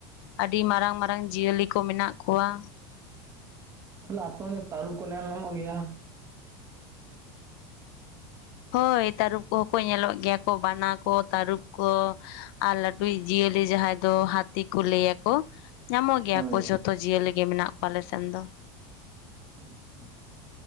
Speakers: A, on the left; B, on the right.
A: ᱟᱹᱰᱤ ᱢᱟᱨᱟᱝ ᱢᱟᱨᱟᱝ ᱡᱤᱭᱟᱹᱞᱤ ᱠᱚ ᱢᱮᱱᱟᱜ ᱠᱚᱣᱟ
B: ᱛᱟᱦᱮ ᱟᱯᱮ ᱛᱟᱨᱩᱵᱽ ᱠᱚ ᱱᱮᱞ ᱧᱟᱢᱚᱜ ᱜᱮᱭᱟ
A: ᱦᱳᱭ ᱛᱟᱹᱨᱩᱯ ᱠᱚᱦᱚᱸ ᱠᱚ ᱧᱮᱞᱚᱜ ᱜᱮᱭᱟ ᱠᱚ ᱵᱟᱱᱟ ᱠᱚ ᱛᱟᱹᱨᱩᱯ ᱠᱚ ᱟᱨ ᱞᱟᱹᱴᱩᱭᱤᱡ ᱡᱤᱭᱟᱹᱞᱤ ᱡᱟᱦᱟᱸᱭ ᱫᱚ ᱦᱟᱹᱛᱤ ᱠᱚ ᱞᱟᱹᱭ ᱟᱠᱚ ᱧᱟᱢᱚᱜ ᱜᱮᱭᱟ
B: ᱦᱳᱭ
A: ᱠᱚ ᱡᱚᱛᱚ ᱡᱤᱭᱟᱹᱞᱤ ᱜᱮ ᱢᱮᱱᱟᱜ ᱠᱚᱣᱟ ᱟᱞᱮ ᱥᱮᱱ ᱫᱚ
B: <unintelligible>